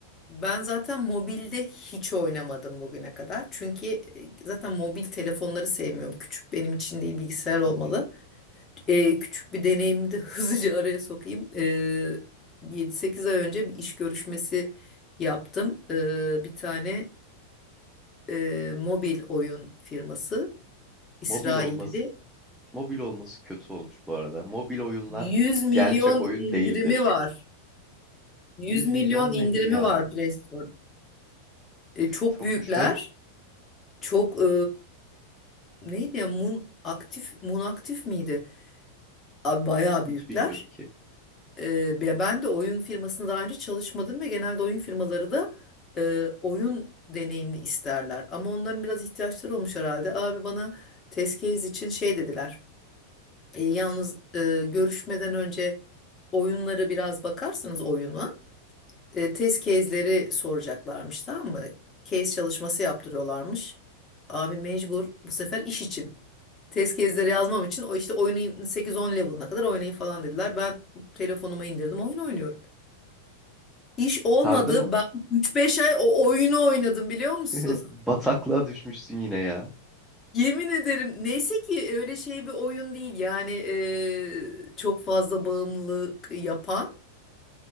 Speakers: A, on the left; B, in the centre.
A: Ben zaten mobilde hiç oynamadım bugüne kadar. Çünkü e, zaten mobil telefonları sevmiyorum. Küçük benim için değil bilgisayar olmalı.
B: Hı hı.
A: E, küçük bir deneyimi de <laughs> hızlıca araya sokayım. E, 7-8 ay önce bir iş görüşmesi yaptım. E, bir tane e, mobil oyun firması İsrail'de
B: Mobil olması mobil olması kötü olmuş bu arada. Mobil oyunlar
A: 100 milyon
B: gerçek oyun
A: indirimi
B: değildir.
A: var. 100
B: 100
A: milyon
B: milyon
A: indirimi
B: nedir ya?
A: var Play Store. E, çok
B: Çokmuş
A: büyükler.
B: be.
A: Çok e, neydi ya Moon aktif Moon aktif miydi? Abi bayağı büyükler.
B: Hiç bilmiyorum ki.
A: E, be- ben de oyun firmasında daha önce çalışmadım ve genelde oyun firmaları da e, oyun deneyimli isterler. Ama onların biraz ihtiyaçları olmuş herhalde. Abi bana test case için şey dediler. E, yalnız e, görüşmeden önce oyunları biraz bakarsanız oyuna e, test case'leri soracaklarmış tamam mı? Case çalışması yaptırıyorlarmış. Abi mecbur bu sefer iş için. test gezleri yazmam için o işte oyunun 8-10 level'ına kadar oynayın falan dediler. Ben telefonuma indirdim oyun oynuyorum. İş olmadı.
B: Sardı mı?
A: Ben 3-5 ay o oyunu oynadım biliyor musun?
B: <laughs> Bataklığa
A: <laughs>
B: düşmüşsün yine ya.
A: Yemin ederim neyse ki öyle şey bir oyun değil yani eee, çok fazla bağımlılık yapan.